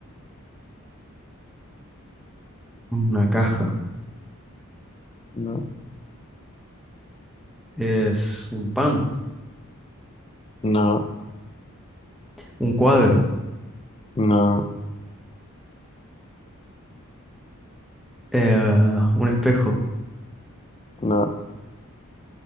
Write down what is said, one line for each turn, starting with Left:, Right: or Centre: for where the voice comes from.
Centre: una caja.
Left: No,
Centre: Es un pan,
Left: no,
Centre: un cuadro,
Left: no,
Centre: eh, un espejo.
Left: no.